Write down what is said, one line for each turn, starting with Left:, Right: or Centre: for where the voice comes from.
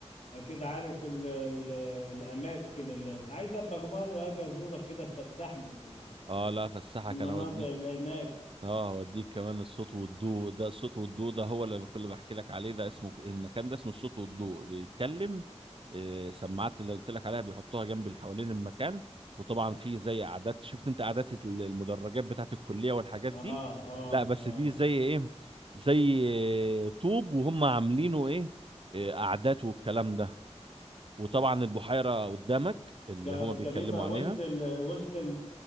Left: أكيد عارف ال... ال... الأماكن اللي عايز أبقى مرة أجي أزورك كده تفسحني في ال-
Right: اه لا فالساحة
Left: في المناطق
Right: كان اوديني
Left: اللي هناك
Right: اه هوديك كمان الصوت والضوء ده الصوت والضوء ده هو اللي كل بحكي لك عليه ده اسمه المكان ده اسمه الصوت والضوء بيتكلم آه، سماعات اللي قلت لك عليها بيحطوها جنب اللي حوالين المكان وطبعا في زي قعدات شفت انت قعدات ال- المدرجات بتاعت الكلية والحاجات
Left: آه
Right: دي
Left: آه
Right: لا بس
Left: آه
Right: دي زي ايه زي آه، طوب وهم عاملينه ايه آه، قعدات والكلام ده وطبعا البحيرة قدامك اللي
Left: ده
Right: هم بيتكلموا
Left: ده بيبقى
Right: عليها
Left: وسط ال... وسط